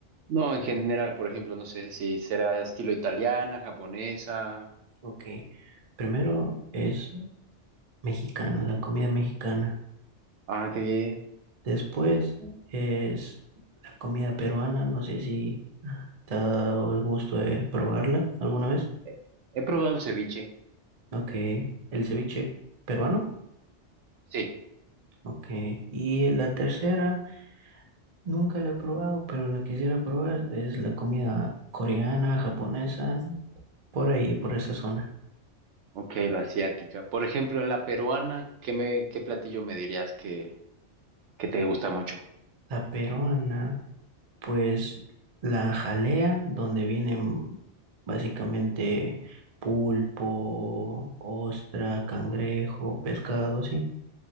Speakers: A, on the right; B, on the right.
A: No, en general, por ejemplo, no sé si será estilo italiana, japonesa.
B: Ok, primero es mexicana, la comida mexicana.
A: Ah, qué bien.
B: Después es la comida peruana. No sé si te ha dado el gusto de probarla alguna vez.
A: Eh, He probado el ceviche.
B: Ok. El ceviche peruano.
A: Sí.
B: Ok. Y la tercera, nunca la he probado, pero la quisiera probar. Es la comida coreana, japonesa, por ahí, por esa zona.
A: Ok, la asiática. Por ejemplo, en la peruana, ¿qué me, qué platillo me dirías que, que te gusta mucho?
B: La peruana, pues la jalea, donde vienen básicamente pulpo, ostra, cangrejo, pescado, así.